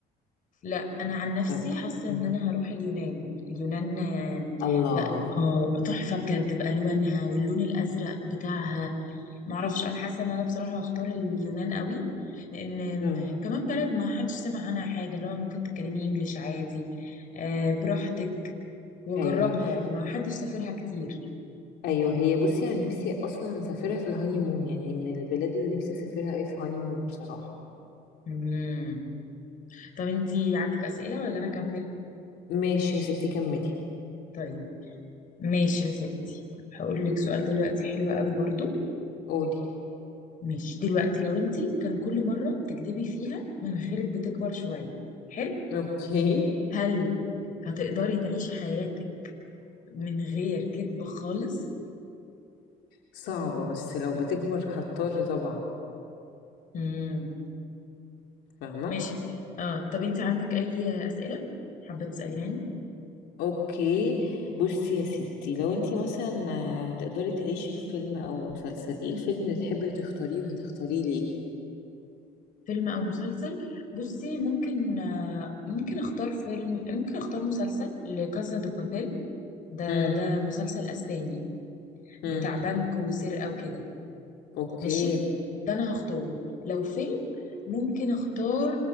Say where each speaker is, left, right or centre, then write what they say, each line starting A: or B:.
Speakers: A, on the left (about 50°); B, on the left (about 80°).
A: لا أنا عن نفسي
B: آه.
A: حاسة إن
B: أمم.
A: أنا هروح اليونان اليونان آه،
B: الله
A: بقى آه، تحفة بجد بألوانها واللون الأزرق بتاعها معرفش أنا حاسة إن أنا بصراحة هختار اليونان قوي لأن آم،
B: أمم.
A: كمان بلد ما حدش سمع عنها حاجة اللي هو ممكن تتكلمي إنجليش عادي آه، براحتك وجربها
B: ايوه
A: يعني ما حدش سافرها كتير
B: ايوه هي بصي انا نفسي اصلا اسافرها في الهاني مون يعني من البلاد اللي نفسي اسافرها قوي في هاني مون بصراحه
A: مم. طب انتي عندك أسئلة ولا أنا أكمل؟
B: ماشي يا ستي كملي
A: طيب ماشي يا ستي هقول لك سؤال دلوقتي حلو قوي برضو
B: قولي
A: ماشي دلوقتي لو انت كان كل مرة بتكدبي فيها مناخيرك بتكبر شوية حلو
B: اوكي
A: هل هتقدري تعيشي حياتك من غير كدب خالص
B: صعبه بس لو بتكبر هضطر طبعا
A: امم
B: فاهمه
A: ماشي اه طب انت عندك اي أسئلة حابة تسأليني
B: اوكي بصي يا ستي لو انتي مثلا آه، تقدري تعيشي في فيلم او مسلسل ايه الفيلم اللي تحبي تختاريه وهتختاريه ليه
A: فيلم او مسلسل بصي ممكن آه، ممكن اختار فيلم ممكن اختار مسلسل لكاسا دو بابيل ده
B: امم
A: ده مسلسل اسباني
B: امم
A: بتاع بنك وسرقة وكده
B: اوكي
A: ماشي ده انا هختاره لو فيلم ممكن اختار